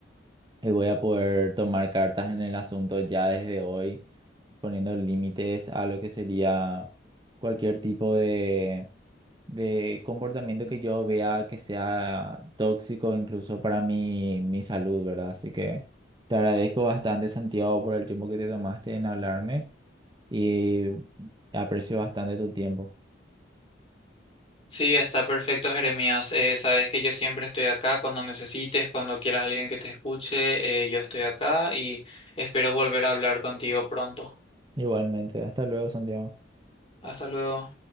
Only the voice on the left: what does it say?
Sí, está perfecto, Jeremías. Eh, sabes que yo siempre estoy acá cuando necesites, cuando quieras alguien que te escuche, eh, yo estoy acá y espero volver a hablar contigo pronto.
Hasta luego.